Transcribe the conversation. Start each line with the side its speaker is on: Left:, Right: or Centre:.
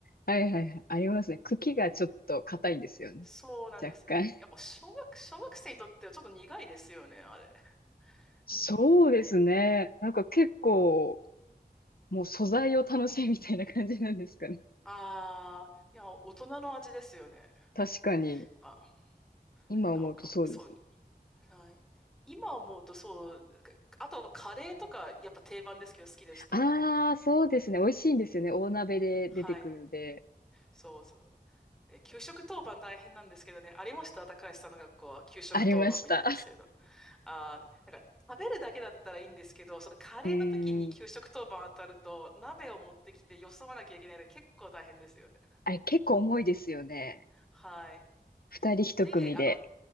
Left: はいはいはい。ありますね。茎がちょっと硬いんですよね。
Centre: そうなんですね。
Left: 若干。
Centre: やっぱ、小学、小学生にとってはちょっと苦いですよね、あれ。
Left: そうですね。
Centre: うんうん。
Left: なんか結構、もう素材を楽しいみたいな感じなんですかね。
Centre: ああ、いや、大人の味ですよね。
Left: 確かに。
Centre: あ、
Left: 今思うとそうですね。
Centre: なんか、そう、はい。今思うとそう、なんかあとはカレーとかやっぱ定番ですけど好きでした。
Left: ああ、そうですね。美味しいんですよね。大鍋で出てくるんで。
Centre: はい。そうそう。で給食当番大変なんですけどね、ありました高橋さんの学校は給食当番みたいな制度。
Left: ありました。
Centre: あー、なんか食べるだけだったらいいんですけど、そのカレーの時に給食当番当たると鍋を持ってきてよそわなきゃいけないので結構大変ですよね。
Left: うーん。あれ結構重いですよね。
Centre: はい。
Left: 二人一組で。
Centre: で、あの、